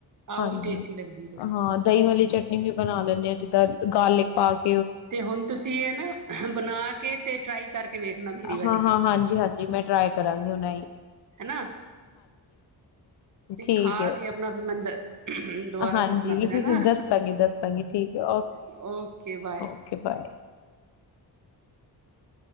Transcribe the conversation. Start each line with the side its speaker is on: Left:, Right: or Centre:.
Right: ਆਹ
Left: ਹਾਂਜੀ
Right: ਉਹ ਵੀ ਟੇਸਟੀ ਲੱਗਦੀ ਬੜੀ
Left: ਹਾਂ ਦਹੀਂ ਵਾਲੀ ਚਟਨੀ ਵੀ ਬਣਾ ਲੈਂਣੇ ਆਂ, ਜਿੱਦਾਂ ਗਾਰਲੀਕ ਪਾਕ
Right: ਤੇ ਹੁਣ ਤੁਸੀਂ ਐ ਨਾ ਬਣਾ ਕੇ ਤੇ ਟਰਾਈ ਕਰਕੇ ਵੇਖਣਾ। ਮੇਰੀ ਵਾਲੀ
Left: ਹਾਂ ਹਾਂ, ਹਾਂਜੀ ਹਾਂਜੀ ਮੈਂ ਟਰਾਈ ਕਰਾਂਗੀ ਹੁਣ ਐਹੀ। <inaudible>
Right: ਹੈਨਾ ਤੇ
Left: ਠੀਕ
Right: ਖਾ
Left: ਹੈ
Right: ਕੇ ਅਪਣਾ ਫੇਰ ਮੈਨ ਦੁਵਾਰਾ
Left: ਹਾਂਜੀ
Right: ਦੱਸਣਾ ਫੇਰ ਹੈਨਾ,
Left: ਦੱਸਾਂਗੀ ਦੱਸਾਂਗੀ ਠੀਕ ਹੈ
Right: ਓਕੇ ਬਾਏ।
Left: Okay bye.